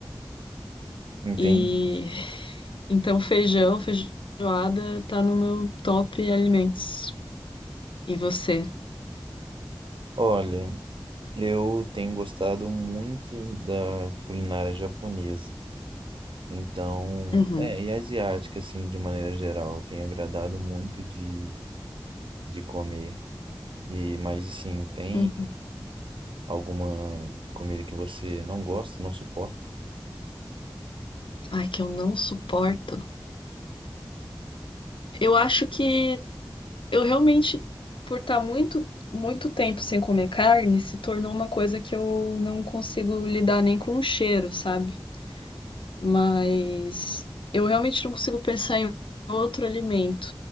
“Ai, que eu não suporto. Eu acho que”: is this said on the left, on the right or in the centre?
Left